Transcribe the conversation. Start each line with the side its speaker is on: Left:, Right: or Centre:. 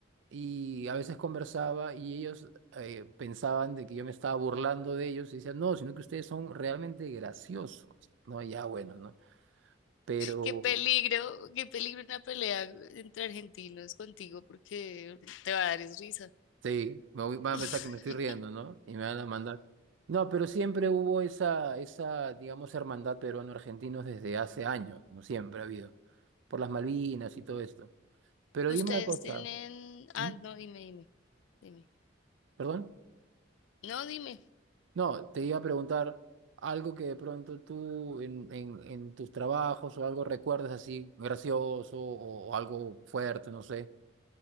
Right: y a veces conversaba y ellos eh, pensaban de que yo me estaba burlando de ellos y decían, no, sino que ustedes son realmente graciosos, ¿no? Ya bueno, ¿no? Pero
Left: Qué peligro, qué peligro una pelea entre argentinos contigo porque te va a dar es risa.
Right: sí, me voy- van
Left: <laughs>
Right: a pensar que me estoy riendo, ¿no? Y me van a mandar. No, pero siempre hubo esa, esa, digamos, hermandad peruano-argentinos desde hace años, ¿no? Siempre ha habido, por las Malvinas y todo esto. Pero
Left: Ustedes
Right: dime una cosa,
Left: tienen... Ah,
Right: ¿Mm?
Left: no, dime, dime, dime.
Right: ¿Perdón?
Left: No, dime.
Right: No, te iba a preguntar algo que de pronto tú en, en, en tus trabajos o algo recuerdas así gracioso o, o algo fuerte, no sé.